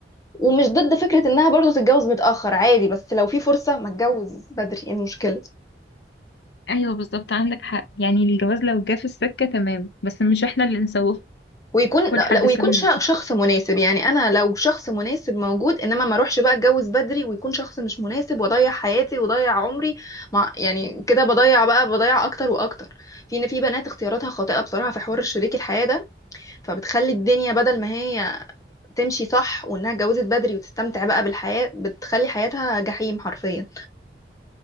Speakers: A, on the left (about 20°); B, on the left (about 75°).
A: ومش ضد فكرة انها برضو تتجوز متأخر عادي بس لو في فرصة ما تتجوز بدري ايه المشكلة
B: ايوه بالظبط عندك حق يعني الجواز لو جه في السكة تمام بس مش احنا اللي نسوفه
A: ويكون لا
B: لحد
A: لا، ويكون
B: سن
A: شا-
B: كتير
A: شخص مناسب يعني انا لو شخص مناسب موجود انما ما اروحش بقى اتجوز بدري ويكون شخص مش مناسب واضيع حياتي واضيع عمري مع يعني كده بضيع بقى بضيع اكتر واكتر في ان في بنات اختياراتها خاطئة بصراحة في حوار شريك الحياة ده فبتخلي الدنيا بدل ما هي تمشي صح وانها اتجوزت بدري وتستمتع بقى بالحياة بتخلي حياتها جحيم حرفيا